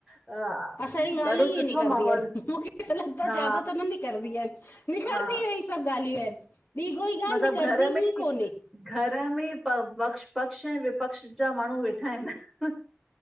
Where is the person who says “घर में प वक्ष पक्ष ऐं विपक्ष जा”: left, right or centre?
Centre